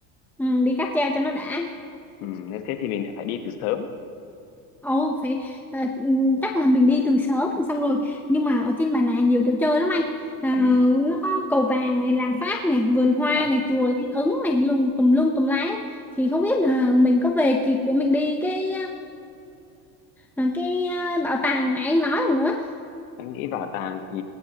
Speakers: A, in the centre; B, on the left.
A: ừ, đi cáp treo cho nó đã
B: ừ, nếu thế thì mình lại phải đi từ sớm
A: Ồ, phải ờ, ừ, chắc là mình đi từ sớm rồi xong rồi nhưng mà ở trên Bà Nà nhiều chỗ chơi lắm anh à,
B: ừ
A: nó có cầu vàng này làng Pháp này vườn hoa
B: đó
A: này chùa Linh Ứng này lùng tùm lum tùm lá thì không biết là mình có về kịp để mình đi cái um, cái uh, bảo tàng này anh nói không nữa
B: Em nghĩ bảo tàng thì